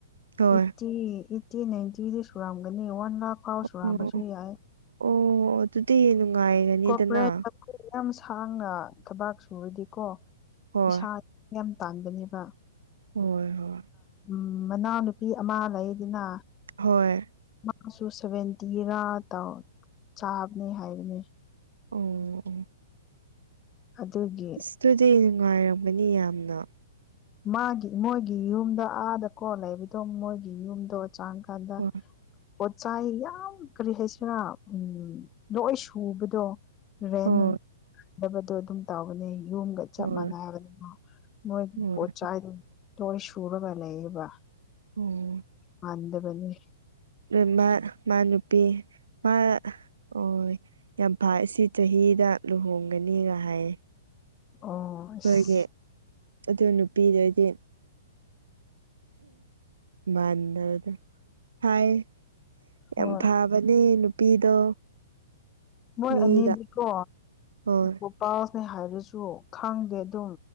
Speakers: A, on the right (about 75°); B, on the left (about 25°).
A: ꯍꯣꯏ
B: ꯏꯠꯇꯤ ꯏꯠ꯫ ꯇꯤ ꯅꯥꯏꯟꯇꯤꯗꯤ ꯁꯨꯔꯝꯒꯅꯤ ꯋꯥꯟ ꯂꯥꯛ ꯐꯥꯎ ꯁꯨꯔꯝꯕꯁꯨ
A: ꯑꯣ
B: ꯌꯥꯏ
A: ꯑꯣ ꯑꯗꯨꯗꯤ ꯅꯨꯡꯉꯥꯏꯒꯅꯤꯗꯅ
B: ꯀꯣꯔꯄꯣꯔꯦꯠ ꯑꯩꯈꯣꯏ ꯌꯥꯝ ꯁꯥꯡꯅ ꯊꯕꯥꯛ ꯁꯨꯔꯗꯤꯀꯣ
A: ꯍꯣꯏ
B: ꯄꯤꯁꯥ ꯌꯥꯝ ꯇꯥꯟꯒꯅꯦꯕ
A: ꯍꯣꯏ ꯍꯣꯏ
B: ꯎꯝ ꯃꯅꯥꯎ ꯅꯨꯨꯄꯤ ꯑꯃ ꯂꯩꯗꯅ
A: ꯍꯣꯏ
B: ꯃꯥꯁꯨ ꯁꯦꯚꯦꯟꯇꯤꯔꯥ ꯇꯧ ꯆꯥꯕꯅꯦ ꯍꯥꯏꯕꯅꯦ
A: ꯑꯣ ꯑꯣ
B: ꯑꯗꯨꯒꯤ
A: ꯑꯁ ꯑꯗꯨꯗꯤ ꯅꯨꯡꯉꯥꯏꯔꯝꯒꯅꯤ ꯌꯥꯝꯅ
B: ꯃꯥꯒꯤ ꯃꯣꯏꯒꯤ ꯌꯨꯝꯗ ꯑꯥꯗꯀꯣ ꯂꯩꯕꯗꯣ ꯃꯣꯏꯒꯤ ꯌꯨꯝꯗꯣ ꯆꯥꯡ ꯈꯗ
A: ꯍꯣꯏ
B: ꯄꯣꯠꯆꯥꯏ ꯌꯥꯝ ꯀꯔꯤ ꯍꯥꯏꯁꯤꯔꯥ ꯎꯝ ꯂꯣꯏ ꯁꯨꯕꯗꯣ ꯔꯦꯟꯅ
A: ꯍꯣꯏ
B: ꯗꯕꯗꯣ ꯑꯗꯨꯝ ꯇꯧꯕꯅꯦ ꯌꯨꯝꯒ ꯆꯞ
A: ꯍꯣꯏ
B: ꯃꯥꯟꯅꯕꯅꯤꯅ ꯃꯣꯏ
A: ꯍꯣꯏ
B: ꯄꯣꯠꯆꯥꯏꯗꯨꯡ ꯂꯣꯏ ꯁꯨꯔꯒ ꯂꯩꯕ
A: ꯑꯣ
B: ꯃꯥꯟꯗꯕꯅꯤ
A: ꯅꯣꯏꯃꯥ ꯃꯥ ꯅꯨꯄꯤ ꯃꯥ ꯑꯣꯏ ꯌꯥꯝ ꯐꯩ ꯁꯤ ꯆꯍꯤꯗ ꯂꯨꯍꯣꯡꯒꯅꯤꯒ ꯍꯥꯏꯌꯦ
B: ꯑꯣ ꯑꯁ
A: ꯑꯣꯏꯒꯤ ꯑꯗꯨ ꯅꯨꯄꯤꯗꯨꯗꯤ ꯃꯗꯔꯗ ꯐꯥꯏ
B: ꯍꯣꯏ
A: ꯌꯥꯝ ꯐꯕ ꯃꯅꯤ ꯅꯨꯄꯤꯗꯣ
B: ꯃꯣꯏ
A: ꯃꯤꯒ
B: ꯑꯅꯤꯗꯨꯀꯣ
A: ꯍꯣꯏ
B: ꯄꯣꯄꯥꯅꯦ ꯍꯥꯏꯔꯁꯨ ꯈꯪꯗꯦ ꯑꯗꯨꯝ